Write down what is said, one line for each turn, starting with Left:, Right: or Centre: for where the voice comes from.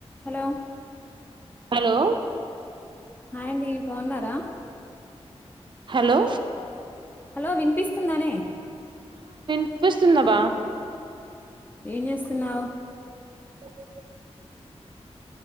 Left: హలో
Right: హలో
Left: హాయ్ అండి బాగున్నారా
Right: హలో
Left: హలో వినిపిస్తుందానే
Right: వినిపిస్తుంది బా
Left: ఏం చేస్తున్నావు
Right: ఓకే